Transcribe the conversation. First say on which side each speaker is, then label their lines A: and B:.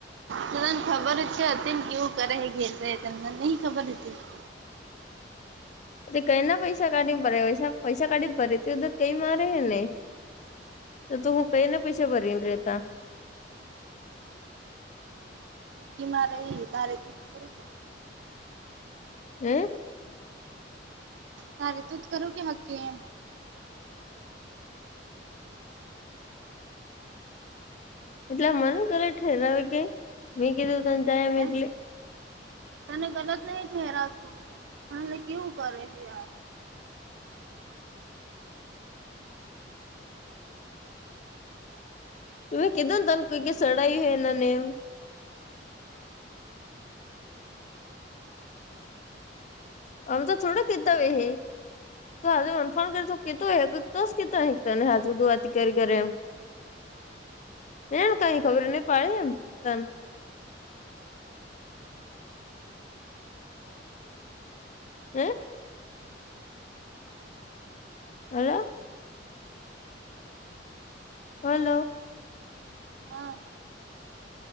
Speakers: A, on the right (about 70°); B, on the left (about 40°).
A: તદન ખબર છે હતી કેવું કરે એ ઘેર તને ન ખબર હ હતી <inaudible>
B: કઈ ના પૈસા કાઢી પડે પૈસા કાઢી પડેર કઈ મારે હે ને તો તું હું કઈ નાને પૈસા ભરીને ર રહેતા
A: કી મા ર તારે ખરું કે
B: હું.
A: તારે તુંજ કરું કે હકે એમ.
B: એટલે મન કર ઠેરાવે કે મેં કીધું તને જાય એમ
A: હે
B: એટલે
A: તને ગલત નહી ઠેરાવશું એલે કેવું કરે છે યાર.
B: તમે કધો ને તનું કોઈ કે સડાયું હોય એના નેમ અન તો થોડા કેતો હોવે હે. તો આજે ઓળખાણ કરશ કેતો હે કેતો હેને <unintelligible> વાતી કરી કરે એમ
A: <inaudible>
B: એ કઈ ખબર નહી પડે એમ તને હે હલો. હલો.
A: હા